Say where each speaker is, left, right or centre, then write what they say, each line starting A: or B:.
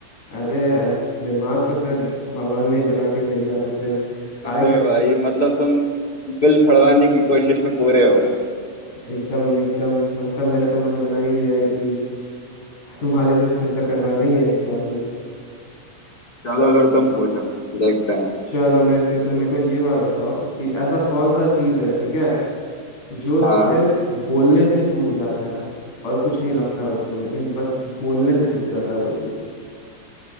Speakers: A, on the left; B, on the left.
A: अरे ऐस- दिमाग तो फिर भगवान ने ही बना के भेजा तो फिर
B: अरे
A: आएगा
B: भाई मतलब तुम बिल फड़वाने की कोशिश में पूरे हो
A: एकदम एकदम मतलब मैंने तो मन बना ही लिया है कि तुम्हारे से खर्चा करवाना ही है इस बार फिर
B: चलो फिर तुम पूछो देखते हैं
A: चलो मेरे से तुम मेरे को ये बात बताओ कि ऐसा कौन सा चीज है ठीक है जो सिर्फ
B: हाँ
A: बोलने से टूट जाता है और कुछ नहीं लगता है उसको लेकिन बस बोलने से टूट जाता है वो चीज